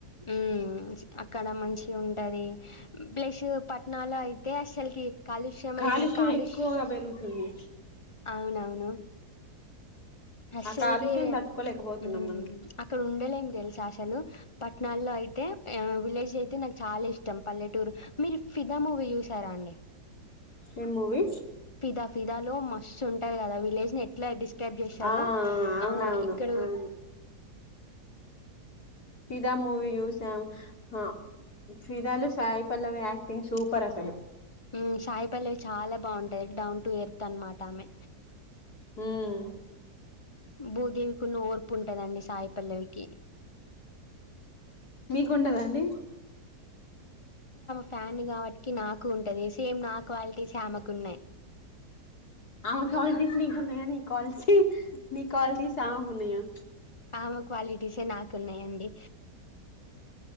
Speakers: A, on the left; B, on the left.
A: ఉ అక్కడ మంచి ఉంటది బ్లస్ ప ట్నాలో అయితే అస్సలకి కాలుష్యమైన
B: కాలుష్యం
A: కాలుష్
B: ఎక్కువగా పెరుగుతుంది
A: అవునవును అస్సలకి
B: ఆ కాలుష్యం తట్టుకోలేకపోతున్నాం
A: ఊమ్
B: మనం
A: అక్కడ ఉండలేం తెలుసా అస్సలు పట్టణాల్లో అయి తే ఆ విలేజ్ అయితే నాకు చాలా ఇష్టం పల్లెటూరు మీరు ఫిదా మూవీ యూసారా అండి
B: ఏం మూవీ
A: ఫిదా ఫిదాలో మస్త్ ఉంటది కదా విలేజ్ ని ఎట్లా డిస్క్రైబ్ జేశారో
B: ఆ అవునవును
A: ఆ ఇక్కడ
B: అవును ఫిదా మూవీ చూసాం హ ఫిదాలో సాయి పల్లవి యాక్టింగ్ సూపర్ అసలు
A: హ్మ్ సాయిపల్లెవి చాలా బాగుంటాది డౌన్ టు ఎర్త్ అనమాట ఆమె
B: హ్మ్
A: భూదేవికున్న ఓర్పు ఉంటదండి సాయిపల్లవికి
B: మీకుండదండి
A: ఫ్యాన్ ని కాబట్టికి నాకు ఉంటది సేమ్ నా క్వాలిటీస్ ఆమెకు ఉన్నాయి
B: ఆమె క్వాలిటీస్ నీకున్నాయా నీకోలిటీ నీ క్వాలిటీస్ ఆమ్ ఉన్నయా
A: ఆమె క్వాలిటీసే నాకు ఉన్నాయండి